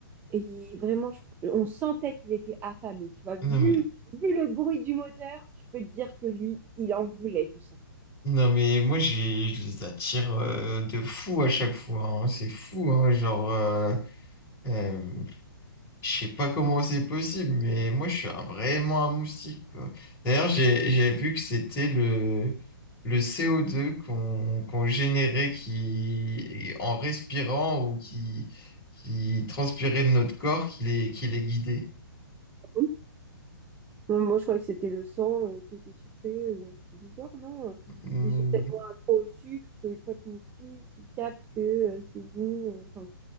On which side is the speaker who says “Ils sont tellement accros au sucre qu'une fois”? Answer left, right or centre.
Right